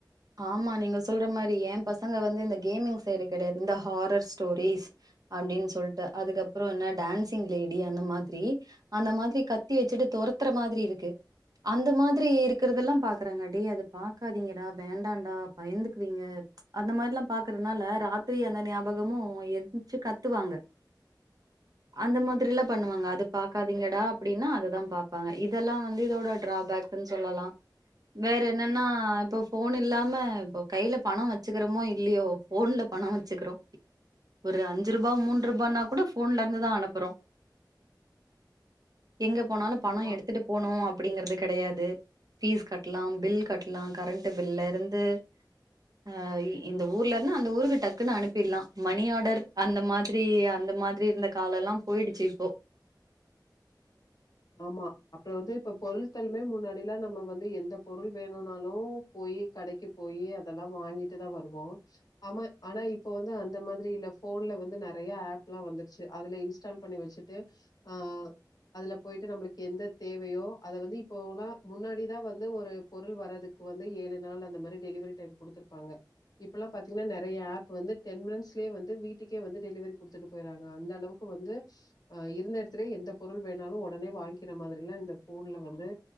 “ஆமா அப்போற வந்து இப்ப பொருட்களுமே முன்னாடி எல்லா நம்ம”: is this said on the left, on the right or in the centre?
Left